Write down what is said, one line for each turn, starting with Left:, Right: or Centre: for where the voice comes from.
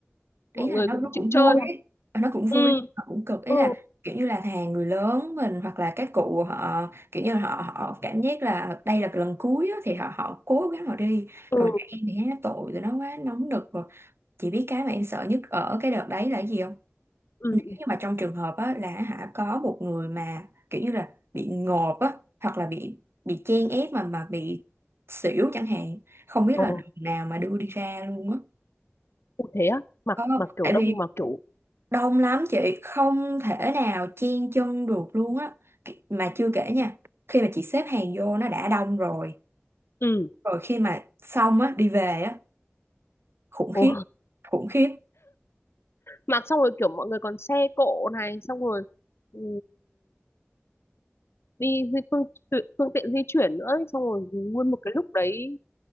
Right: Ý
Left: mọi
Right: là
Left: người
Right: nó
Left: cũng
Right: nó
Left: chịu
Right: cũng
Left: chơi
Right: vui ấy. Ờ, Nó cũng vui,
Left: ừ
Right: nó cũng cực. Ý
Left: ừ
Right: là kiểu như là thà người lớn mình hoặc là các cụ họ kiểu như là họ họ cảm giác là đây là cái lần cuối á, thì họ họ cố gắng họ đi.
Left: ừ
Right: Còn trẻ em thì thấy nó tội rồi nó quá nóng nực rồi. Chị biết cái mà em sợ nhất ở cái đợt đấy là cái gì không?
Left: ừ
Right: nếu
Left: ừ
Right: như mà trong trường hợp á, là hả có một người mà kiểu như là bị ngộp á hoặc là bị bị chen ép mà mà bị xỉu chẳng hạn không biết
Left: ờ
Right: là đường nào mà đưa đi ra luôn á
Left: cũng thế á mặc
Right: có không?
Left: mặc kiểu
Right: tại
Left: đông
Right: vì
Left: mặc kiểu
Right: đông lắm chị không thể nào chen chân được luôn á Ki- mà chưa kể nha khi mà chị xếp hàng vô nó đã đông rồi
Left: ừ
Right: rồi khi mà xong á đi về á khủng
Left: Ồ.
Right: khiếp khủng khiếp
Left: mặc xong rồi kiểu mọi người còn xe cộ này xong rồi ừ, đi di phương tự- phương tiện di chuyển nữa ấy, xong rồi nguyên một cái lúc đấy